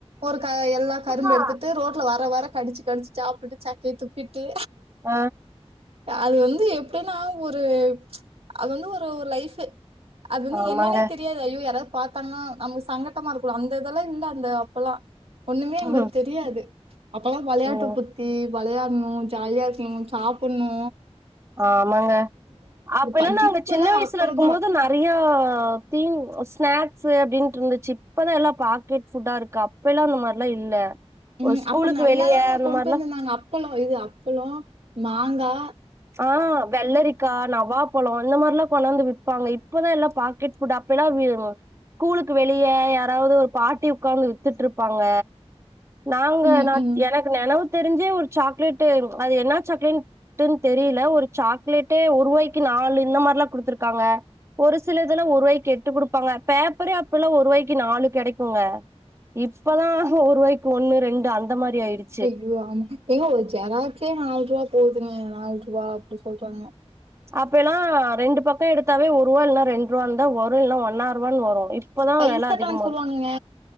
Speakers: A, on the right; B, on the right.
A: ஒரு க எல்லா கரும்பு
B: ஆ
A: எடுத்துட்டு ரோட்ல வர வர கடிச்சு கடிச்சு சாப்டுட்டு சக்கைய துப்பிட்டு,
B: ஓ
A: அது வந்து எப்டின்னா ஒரு அது வந்து ஒரு ஒரு லைஃப், அது வந்து
B: ஆமாங்க
A: என்னன்னே தெரியாது. ஐயோ யாராவது பார்த்தாங்கன்னா நமக்கு சங்கட்டமா இருக்குல, அந்த இதெல்லா இல்ல அந்த அப்பல்லாம் ஒண்ணுமே
B: ம்
A: எங்களுக்கு தெரியாது அப்பல்லாம் வொளையாட்டு
B: ம்
A: சுத்தி வளையாடணு ஜாலியா இருக்கணு சாப்ட்ணு
B: ஆமாங்க அப்ப எல்லா
A: படிப்புலா
B: நாங்க சின்ன வயசுல
A: அப்பறந்தா
B: இருக்கும் போது நா நிறியா தீனி ஸ்நாக்ஸ் அப்டின்னு இருந்துச்சு இப்பதா எல்லா பாக்கெட் ஃபுட்டா இருக்கு இப்பல்லாம் அந்த மாதிரிலா இல்ல
A: ம்.
B: ஒரு ஸ்கூலுக்கு
A: அப்ப நல்லாதாங்க
B: வெளிய அந்த
A: கொண்டு
B: மாதிரிலா
A: வந்திருந்தாங்க. அப்பளம் இது அப்பளம் மாங்கா
B: ஆ வெள்ளரி க்கா நவ்வா பழோ இந்த மாதிரிலாம் கொண்டாந்து விப்பாங்க இப்பதான் எல்லாம் பாக்கெட் ஃபுட் அப்பல்லாம் வீ ம் கூலுக்கு வெளிய யாராவது ஒரு பாட்டி உட்காந்து வித்துட்டுருப்பாங்க நாங்க
A: ம்
B: நா
A: ம் ம்.
B: எனக்கு நெனவு தெரிஞ்சே ஒரு சாக்லேட்டு அது என்ன சாக்லேட் டுன்னு தெரியல ஒரு சாக்லேட்டே ஒருவாய்க்கி நாலு இந்த மாரிலாம் குடுத்துருக்காங்க ஒரு சில இதுலாம் ஒருவாய்க்கு எட்டு குடுப்பாங்க பேப்பரே அப்பல்லாம் ஒருவாய்க்கு நாலு கிடைக்குங்க இப்பதான் ஒருவாய்க்கு ஒண்ணு ரெண்டு அந்த மாதிரி ஆயிடு
A: அய்யோ ஆமா ஏங்க ஒரு ஜெராக்ஸ்சே நால் ரூவா போகுதுங்க நால் ரூவா அப்டி சொல்றாங்க
B: அப்பல்லாம் ரெண்டு பக்கம் எடுத்தாவே ஒரு ரூவா இல்ல ரெண்டு ரூவா இருந்தா வரும் இல்ல ஒன்னா ரூவான்னு வரும் இப்பதான்
A: பைசா
B: வெல அதிகமா
A: கணக்கு சொல்லுவாங்கங்க.
B: இருகு